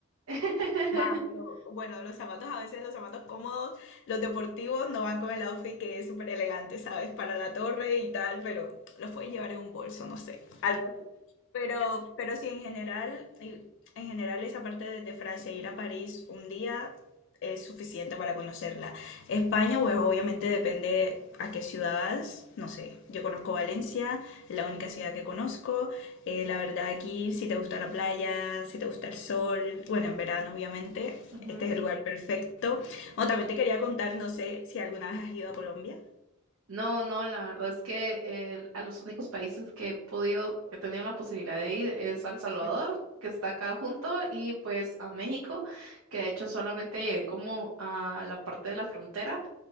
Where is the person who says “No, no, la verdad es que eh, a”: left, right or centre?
Right